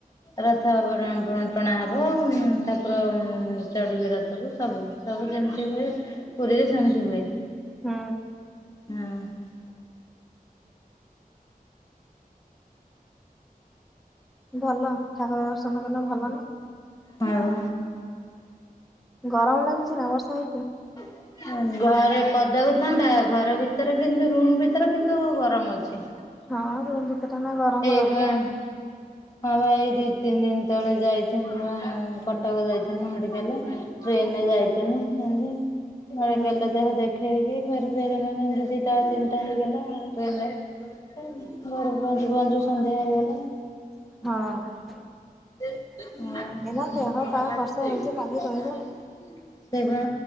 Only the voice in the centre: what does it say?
ହୁଁ।
ଭଲ ଠାକୁର ଦର୍ଶନ କଲେ ଭଲ ନା ହୁଁ।
ଗରମ ଲାଗୁଛି ନା ବର୍ଷା
ହଁ ରୁମ୍ ଭିତରଟା ନା ଗରମ
ରହିବ।
ହୁଁ
ହଁ।
ଏଇନା ଦେହ ପା ବର୍ଷା ହଉଛି ଲାଗି ରହିବ।